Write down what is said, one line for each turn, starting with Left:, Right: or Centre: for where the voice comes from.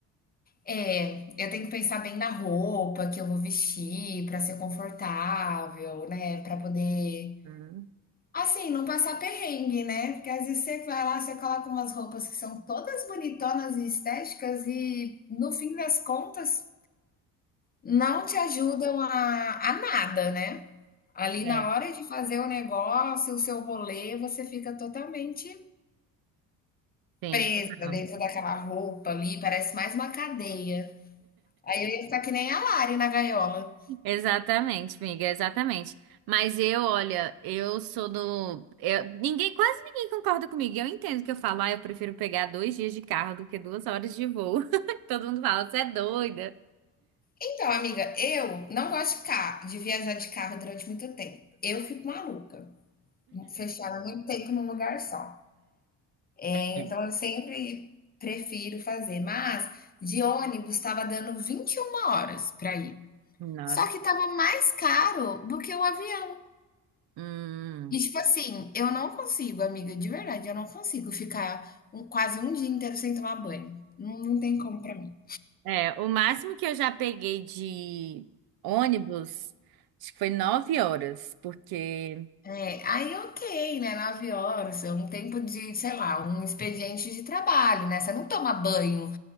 Left: É, eu tenho que pensar bem na roupa que eu vou vestir para ser confortável, né, para poder
Right: Hum.
Left: Assim, não passar perrengue, né? Porque às vezes você vai lá, você coloca umas roupas que são todas bonitonas e estéticas, e no fim das contas, Não te ajudam a a nada, né. Ali
Right: É.
Left: na
Right: é.
Left: hora de fazer o negócio, o seu rolê, você fica totalmente
Right: Sim,
Left: presa
Right: total.
Left: dentro daquela roupa ali, parece mais uma cadeia. Aí eu ia ficar que nem a Lari na gaiola.
Right: Exatamente, amiga, exatamente. Mas eu, olha, eu sou do. eu- ninguém, quase ninguém concorda comigo. Eu entendo que eu falo, ah, eu prefiro pegar dois dias de carro do que duas horas de voo. <laughs> Todo mundo fala, você é doida.
Left: Então amiga, eu não gosto de ca de viajar de carro durante muito tempo. Eu fico maluca, fechada muito tempo num lugar só. Então
Right: É.
Left: eu sempre prefiro fazer, mas de ônibus estava dando 21 horas para ir.
Right: Nossa.
Left: Só que tava mais caro do que o avião.
Right: Hum.
Left: E tipo assim, eu não consigo, amiga, de verdade, eu não consigo ficar um- quase um dia inteiro sem tomar banho. Não, não tem como pra mim.
Right: É, o máximo que eu já peguei de ônibus, acho que foi nove horas, porque.
Left: É, aí ok, né? Nove horas, é um tempo de, sei lá, um expediente de trabalho, né? Você não toma banho